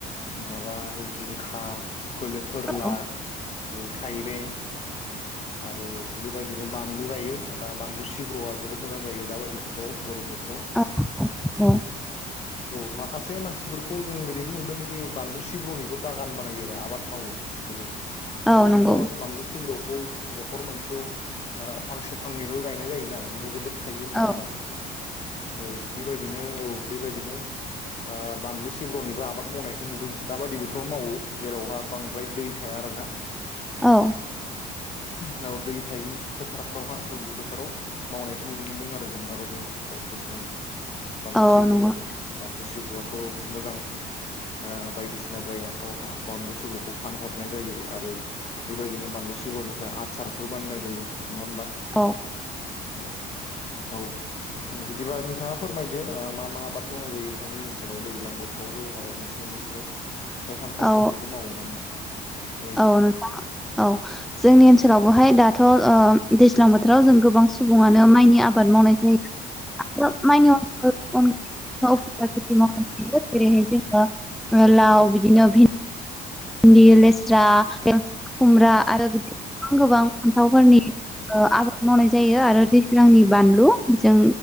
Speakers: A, on the left (about 40°); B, in the centre.
A: नङाबा जिंखा फोलो फोरला
B: औ
A: औ थाइबें आरो बे <unintelligible> बायदिनो बानलु गायो दा बानलु सिब्रुआ जोबोद मोजां जायो दा बायदि बोथोराव गरम बोथ
B: <unintelligible> अ
A: औ माखासे मानसिफोरखौ जों बेदिबो नुदोंखि बानलु सिब्र'निबो बागान बानायोरा आबाद मावो जोबोद
B: औ
A: ओरैनोथ'
B: नंगौ
A: बानलु सिं रख खौ न'खर मोनसेयाव ओ फांसे फांनैल' गायनाय जायोना बेनो जोबोद थायो नङा
B: औ
A: होमबा औ बेबायदिनो औ बेबायदिनो ओ बानलु सिब्रनिबो आबाद मावनायखौ नुदों दा बायदि बोथोरावनो मावो जेरावहा बांद्राय दै थाया आरो ना
B: औ
A: नाव दै थायि फोथारफोरावहा दुब्लि फोथाराव मावनायखौ नुनो मोनदों आरो जों दाबायदि ओनसो <unintelligible> बोथोरावनो बानलु
B: औ
A: सिब्र'नि
B: नंगौ
A: बानलु सिब्र'आथ' मोजां ओ बायदिसिना जायगाफ्रावहा बानलु सिब्रुखौ फानहरनाय जायो आरो बेबायद दिनो बानलु सिब्रनिफ्राय आदसारफोर बानायनाय जायो नङा होमबा
B: औ
A: औ औ <unintelligible> बिदिबा नोंथाङा फोरमायदो ओ मा मा आबाद मावनाय जायो नोंथांमोननि ओनसोलाव दैज्लां बोथोरावबो आरो मेसें बोथोराव फिथाइ -सामथाइफोरनिबो
B: औ
A: मावो नामा बेबायदि
B: औ नोंथां औ जोंनि ओनसोलाव बहाय दाथ' ओ दैज्लां बोथ थोराव जों गोबां सुबुङानो माइनि आबाद मावनाय जायो <unintelligible> <unintelligible> ख मावह ज लाव बिदिनो भिन्दि लेस्रा खुमब्रा
A: नंगौ
B: आरो बिदि गोबां गोबां फान्थावफोरनि ओ आबाद मावनाय जायो आरो दैज्लांनि बानलु जों